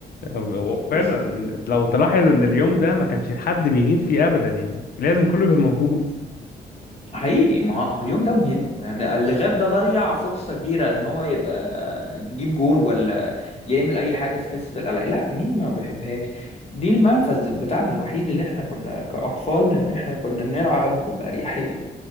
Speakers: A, on the left; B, on the left.
A: هو
B: بس
A: فعلا لو تلاحظ ان اليوم ده ما كانش حد بيغيب فيه ابدا يعني لازم كله بيبقى موجود
B: حقيقي ما هو اليوم ده مهم يعني اللي غاب ده ضيع فرصة كبيرة ان هو يبقى يجيب جون ولا يعمل اي حاجة في حصة القلق لا مين ما بيحبهاش دي المنفذ بتاعنا الوحيد اللي احنا كنا كأطفال ان احنا كنا نلعب بأريحية